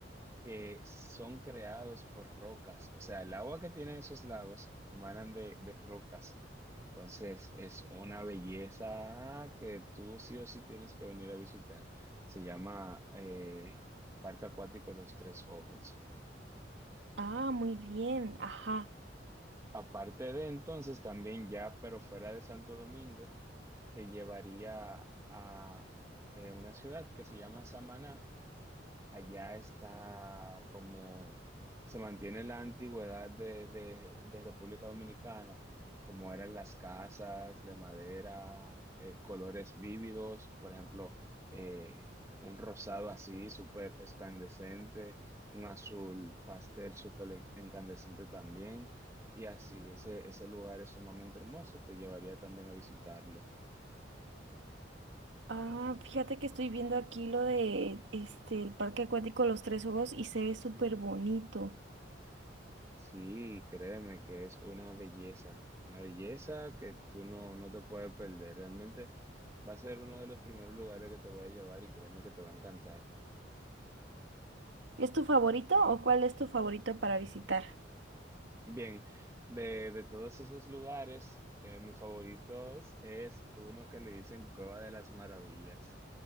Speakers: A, on the right; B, on the right.
A: que son creados por rocas. O sea, el agua que tienen esos lagos emanan de, de rocas. Entonces, es una belleza que tú sí o sí tienes que venir a visitar. Se llama eh, Parque Acuático Los Tres Ojos.
B: Ah, muy bien, ajá.
A: Aparte de entonces, también ya, pero fuera de Santo Domingo, te llevaría a eh, una ciudad que se llama Samaná allá está como se mantiene la antigüedad de, de- de República Dominicana, como eran las casas de madera, eh, colores vívidos, por ejemplo, eh, un rosado así súper escandescente, un azul pastel súper en- incandescente también, y así, ese, ese lugar es sumamente hermoso, te llevaría también a visitarlo.
B: Ah, fíjate que estoy viendo aquí lo de este, el Parque Acuático Los Tres Ojos y se ve súper bonito.
A: Sí, créeme que es una belleza, una belleza que tú no, no te puedes perder. Realmente va a ser uno de los primeros lugares que te voy a llevar y créeme que te va a encantar.
B: ¿Es tu favorito o cuál es tu favorito para visitar?
A: Bien, de, de todos esos lugares, eh, mis favoritos es uno que le dicen Cueva de las Maravillas.